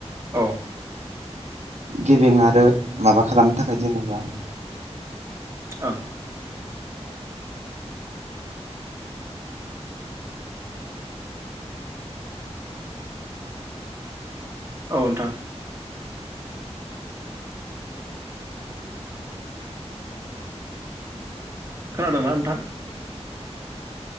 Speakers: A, on the right; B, on the right.
A: औ
B: गेबें आरो माबा खालामनो थाखाय जेनेबा
A: ओं औ नोंथां खोनादों ना नोंथा?